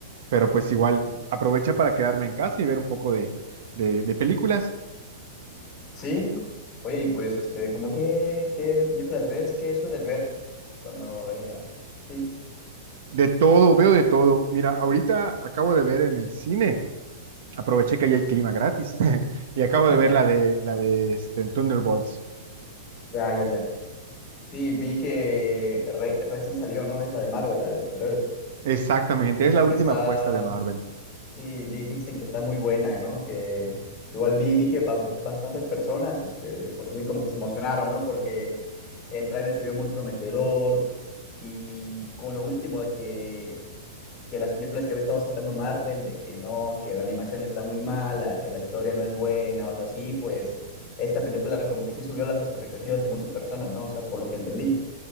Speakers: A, on the right; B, on the left.
A: pero pues igual aprovecha para quedarme en casa y ver un poco de, de, de películas.
B: Sí, oye, y pues, este, ¿cómo qué, qué películas ves? ¿Qué sueles ver? Cuando, eh, sí,
A: De todo, veo de todo. Mira, ahorita acabo de ver en el cine, aproveché que ahí hay clima gratis <laughs> y acabo
B: <laughs>
A: de ver la de la de este, Thunderbolts.
B: ya, ya, ya. Sí, vi que re- recién salió, ¿no? Es la de Marvel, la de los superhéroes.
A: Exactamente,
B: Dicen
A: es la última
B: que está,
A: apuesta de Marvel.
B: Sí, di- dicen que está muy buena, ¿no? Que igual vi, vi que ba- ba- bastantes personas, este, pues así como que se emocionaron, ¿no? Porque el tráiler se vio muy prometedor y con lo último de que de las películas que había estado sacando Marvel, de que no, que la animación está muy mala, que la historia no es buena o algo así, pues esta película como que sí subió las expectativas de muchas personas, ¿no? O sea, por lo que entendí.